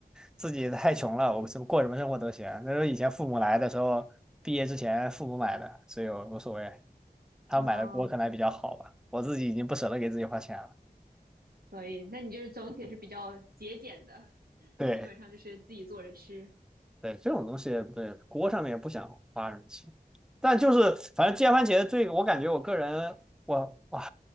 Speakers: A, in the centre; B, on the right (about 70°).
A: 自己太穷了，我们什么过什么生活都行。那时候以前父母来的时候，毕业之前父母买的，所以我无所谓。他们买的锅可能还比较好吧，
B: 嗯，
A: 我自己已经不舍得给自己花钱了。
B: 可以。那你就是总体是比较节俭的，
A: 对。
B: 基本上就是自己做着吃。
A: 对，这种东西对锅上面也不想花什么钱，但就是反正煎番茄这个，我感觉我个人我哇，